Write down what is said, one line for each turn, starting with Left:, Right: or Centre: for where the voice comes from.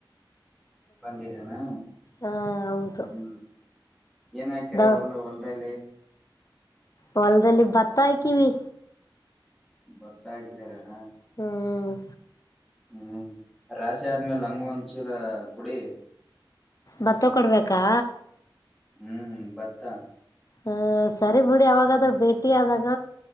Centre: ಬಂದಿದೆನಾ
Left: ಹಾ ಹೌದು
Centre: ಹ್ಮ್. ಏನ ಹಾಕ್ಯರ
Left: ದ
Centre: ಹೊಲ್ ಹೊಲ್ದಲ್ಲಿ.
Left: ಹೊಲದಲ್ಲಿ ಭತ್ತ ಹಾಕಿವಿ.
Centre: ಬತ್ತಾ ಹಾಕಿದಿದ್ದಾರೆ ಹಾ.
Left: ಹ್ಮ್
Centre: ಹುಂ ರಾಶಿ ಆದ್ಮೇಲೆ ನಮಗ ಒಂದ್ ಚೀಲ ಕೊಡಿ.
Left: ಬತ್ತ ಕೊಡ್ಬೇಕಾ.
Centre: ಹುಂ ಬತ್ತಾ.
Left: ಹಂ ಸರಿ ಬಿಡಿ ಯಾವಾಗಾದ್ರ ಭೇಟಿ ಆದಾಗ.